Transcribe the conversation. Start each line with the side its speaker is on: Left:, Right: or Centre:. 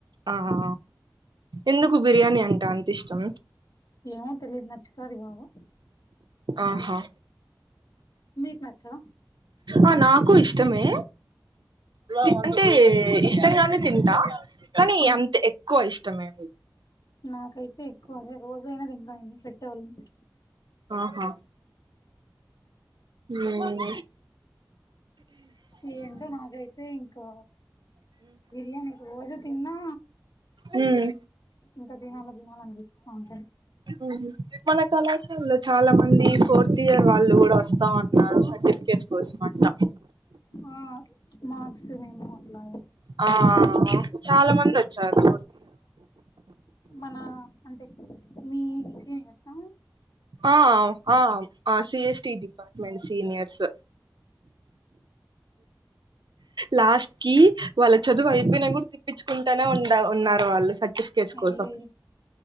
Right: ఆహా ఎందుకు బిర్యానీ అంటే అంత ఇష్టం
Left: ఏమో తెలియద్ నచ్చుతారు బాగు
Right: ఆహా
Left: మీకు నచ్చదా
Right: ఆ నాకు ఇష్టమే అంటే ఇష్టంగానే తింటా కానీ
Left: ఉమ్
Right: అంత ఎక్కువ ఇష్టమే
Left: నాకైతే ఎక్కువ అదే రోజు అయినా తింట అండి పెట్టేవాళ్ళు ఉంటే
Right: ఆహా ఉమ్
Left: ఈ ఏండ నాదై అయితే ఇంకా బిర్యానీ రోజు తిన్నా
Right: ఉమ్
Left: ఇంకా దినాల దినాల అనిపిస్తా ఉంటా అది
Right: ఉమ్ మన కళాశాలలో చాలా మంది ఫోర్త్ ఇయర్ వాళ్ళు కూడా వస్తా ఉన్నారు. ర్టిఫికెట్ కోస్మంట
Left: ఆ మార్క్స్ మేము అట్లా
Right: ఆ చాలా మందొచ్చారు
Left: మనా అంటే మీ సీనియర్సా
Right: ఆవ్ ఆమ్ సిఎస్టి డిపర్మెంట్ సీనియర్స్ లాస్ట్కి వాళ్ళ చదువు వైపొనా గుడ తి ప్పించుకుంటానే ఉండావ్ ఉన్నారు వాళ్ళు సర్టిఫికెట్స్
Left: అయ్యయ్యో
Right: కోసం